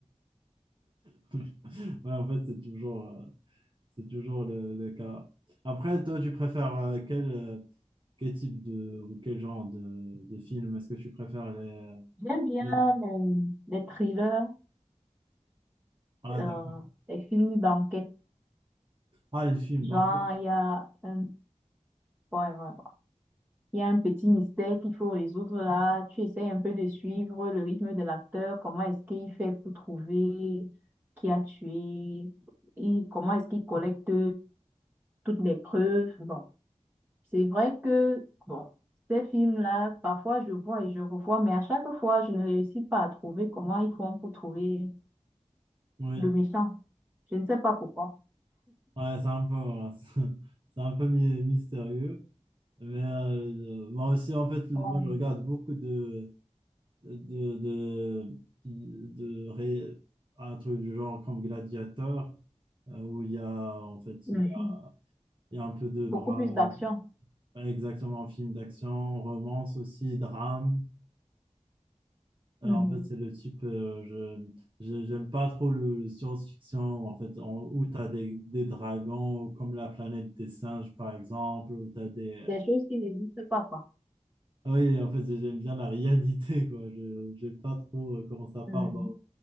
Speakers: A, on the right (about 40°); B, on the right (about 15°).
A: <laughs> Ouais, en fait, c'est toujours, euh, c'est toujours le, le cas. Après, toi, tu préfères euh, quel, euh, quel type de... ou quel genre de, de film? Est-ce que tu préfères les...
B: J'aime bien
A: les-
B: les, les thrillers,
A: Ah,
B: euh,
A: d'accord.
B: les films d'enquête.
A: Ah, les films,
B: Genre,
A: donc...
B: il y a un... Ouais, ouais. Il y a un petit mystère qu'il faut résoudre là. Tu essayes un peu de suivre le rythme de l'acteur. Comment est-ce qu'il fait pour trouver qui a tué? Et comment est-ce qu'il collecte toutes les preuves? Bon, c'est vrai que bon, ces films-là, parfois je vois et je revois, mais à chaque fois, je ne réussis pas à trouver comment ils font pour trouver
A: Oui.
B: le méchant. Je ne sais pas pourquoi.
A: Ouais, c'est un peu... <laughs> C'est un peu mi- mystérieux. Mais euh, moi aussi, en fait, moi,
B: Oh.
A: je regarde beaucoup de, de, de, de ré- un truc du genre comme Gladiator, euh, où il y a, en fait,
B: Mhm.
A: il y a, il y a un peu de
B: Beaucoup
A: bras,
B: plus d'action.
A: exactement, un film d'action, romance aussi, drame. Euh,
B: Mhm.
A: en fait, c'est le type, euh, je, je- j'aime pas trop le, le science-fiction, en fait, en- où tu as des, des dragons, comme la planète des singes, par exemple, où tu as des,
B: Des choses qui n'existent pas, quoi.
A: Oui, en fait, j'aime bien la réalité, quoi. Je n'aime pas trop euh, comment ça part
B: Mhm.
A: dans,